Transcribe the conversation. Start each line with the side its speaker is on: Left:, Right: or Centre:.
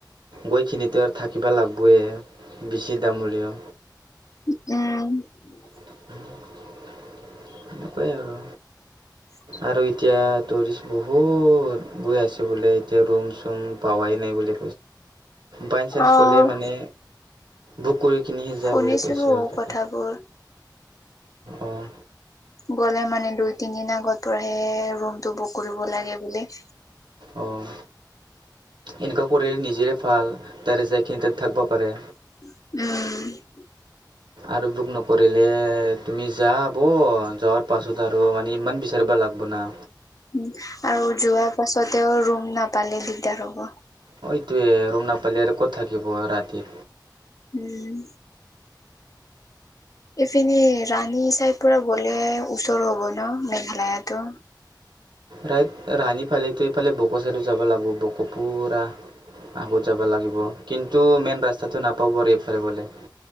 Right: গৈখিনিতো আৰু থাকিব লাগিবে বেছি দাম হলও
Left: উম
Right: <unintelligible> সনেকুৱাই আৰু
Left: হয়
Right: আৰু এতিয়া টুৰিষ্ট বহুত গৈ আছে বোলে এতিয়া ৰুম চুম পাৱাই নাই বুলি বাইচানস
Left: অ',
Right: গ'লে মানে বুক কৰি কিনিহি যাবলে
Left: শুনিছিলো
Right: কৈছে আৰু তাতে
Left: কথাবোৰ।
Right: আহ
Left: গ'লে মানে দুই তিন দিন আগত পৰাহে ৰুমটো বুক কৰিব লাগে বোলে। <inaudible>
Right: অঁ এনেকুৱা কৰিলে নিজেৰে ভাল তাৰে যাইখিনি ততে থাকিব পাৰে
Left: উম।
Right: আৰু বুক নকৰিলে তুমি যাব যোৱাৰ পাছত আৰু মানে ইমান বিচাৰ কৰিব লাগিব ন
Left: উ আৰু যোৱাৰ পাছতেও ৰুম নাপালে দিগদাৰ হ'ব
Right: অ তোৱে ৰৰুম নাপালিয়ৰে ক'ত থাকিব ৰাতি
Left: উম। এইপিনি ৰাণী চাইড পৰা গ'লে ওচৰ হ'ব ন মেঘালয়ো
Right: ৰাইত ৰানি ফালেতো এইফালে বকোচাই যাব লাগিব বোক পুৰা আগত যাব লাগিব কিন্তু মেইন ৰাস্তাটো নাপাব আৰু এইফালে গলে